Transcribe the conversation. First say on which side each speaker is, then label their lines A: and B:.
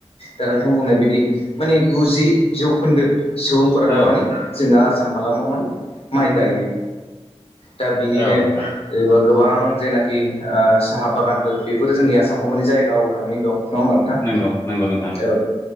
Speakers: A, on the left; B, on the left.
A: दा नोंथां बुंनाय बायदि माने गुजि जौखोन्दो सुबुंफोरानो
B: औ
A: माने जोंना आसाम हालामाव माने माइ गायो दा बिनिनो
B: औ नोंथां
A: एबा गोबां जेनाखि ओ साहा बागानफोर बेफोर जोंनि आसामखौ माने जायगा आवग्रिनानै दं। नङा होमबा नोंथां।
B: नंगौ नंगौ नोंथां।
A: औ